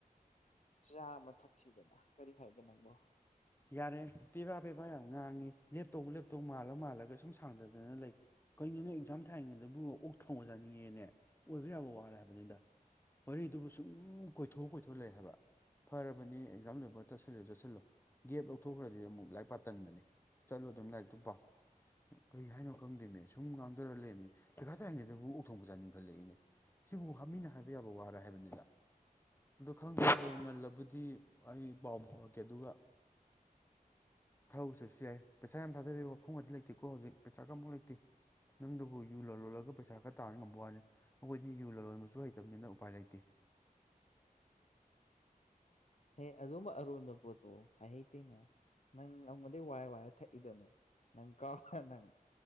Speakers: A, on the left; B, on the left.
A: ꯆꯥ ꯑꯃ ꯊꯛꯁꯤꯗꯅ ꯀꯔꯤ ꯍꯥꯏꯒꯦ ꯅꯪꯕꯣ
B: ꯌꯥꯔꯦ ꯄꯦꯕꯥ ꯄꯦꯕꯥ ꯌꯥꯝ ꯉꯥꯡꯉꯤ ꯂꯦꯞꯇꯧ ꯂꯦꯞꯇꯧ ꯃꯥꯜꯂ ꯃꯥꯜꯂꯒ ꯁꯨꯝ ꯁꯥꯡꯗꯗꯅ ꯂꯩ ꯀꯔꯤꯅꯣꯅꯦ ꯑꯦꯛꯖꯥꯝ ꯊꯥꯔꯤꯉꯩꯗꯕꯨ ꯑꯣꯛ ꯊꯣꯡꯕ ꯆꯥꯅꯤꯡꯉꯦꯅꯦ ꯑꯣꯏꯕ ꯌꯥꯕ ꯋꯥꯔ ꯍꯥꯏꯕꯅꯤꯗ ꯋꯥꯔꯤꯗꯨꯕꯨ ꯁꯨꯝ ꯀꯣꯏꯊꯣꯛ ꯀꯣꯏꯊꯣꯛ ꯂꯩ ꯍꯥꯏꯕ ꯐꯔꯕꯅꯤ ꯑꯦꯛꯖꯥꯝ ꯂꯣꯏꯕꯒ ꯆꯥꯁꯤꯜꯂꯨ ꯆꯥꯁꯤꯜꯂꯣ ꯒꯦꯞ ꯂꯧꯊꯣꯛꯈ꯭ꯔꯗꯤ ꯑꯃꯨꯛ ꯂꯥꯏꯔꯤꯛ ꯄꯥ ꯇꯟꯕꯅꯤ ꯆꯠꯂꯣ ꯑꯗꯨꯝ ꯂꯥꯏꯔꯤꯛꯇꯨ ꯄꯥꯎ ꯀꯩ ꯍꯥꯏꯅꯣ ꯈꯪꯗꯦꯃꯦ ꯁꯨꯝ ꯉꯥꯡꯗꯔ ꯂꯩꯃꯤ ꯄꯩꯈꯥ ꯇꯥꯔꯤꯉꯩꯗꯕꯨ ꯑꯣꯛꯊꯣꯡꯕ ꯆꯥ ꯅꯤꯡꯤꯡꯈꯠꯂꯛꯏꯅꯦ ꯁꯤꯕꯨ ꯍꯥꯞ ꯃꯤꯅ ꯍꯥꯏꯕ ꯌꯥꯕ ꯋꯥꯔ ꯍꯥꯏꯕꯅꯤꯗ ꯑꯗꯣ ꯈꯪꯗꯦ ꯍꯌꯦꯡ ꯉꯜꯂꯕꯨꯗꯤ ꯑꯩ ꯄꯥꯎ ꯐꯥꯎꯔꯛꯀꯦ ꯑꯗꯨꯒ ꯊꯧꯖ ꯌꯥꯏ ꯄꯩꯁꯥ ꯌꯥꯝ ꯊꯗꯕꯩ ꯋꯤꯐꯝꯒꯗꯤ ꯂꯩꯇꯦꯀꯣ ꯍꯧꯖꯤꯛ ꯄꯩꯁꯥꯒ ꯑꯝꯕꯧ ꯂꯩꯇꯦ ꯇꯦ ꯅꯪꯗꯕꯨ ꯌꯨ ꯂꯂꯣꯜꯂꯒ ꯄꯩꯁꯥ ꯈꯔ ꯇꯥꯟ ꯉꯝꯕ ꯋꯥꯅꯤ ꯑꯩꯈꯣꯏꯗꯤ ꯌꯨ ꯂꯂꯣꯟꯕꯁꯨ ꯍꯩꯇꯕꯅꯤꯅ ꯎꯄꯥꯏ ꯂꯩꯇꯦ
A: ꯍꯦ ꯑꯗꯨꯝꯕ ꯑꯔꯣꯟꯕ ꯄꯣꯠꯇꯣ ꯍꯥꯏ ꯍꯩꯇꯦꯅꯦ ꯅꯪ ꯑꯩꯉꯣꯟꯗꯩ ꯋꯥꯏ ꯋꯥꯏꯔ ꯊꯛꯏꯗꯅꯦ ꯅꯪ ꯀꯥꯎꯕ ꯅꯪ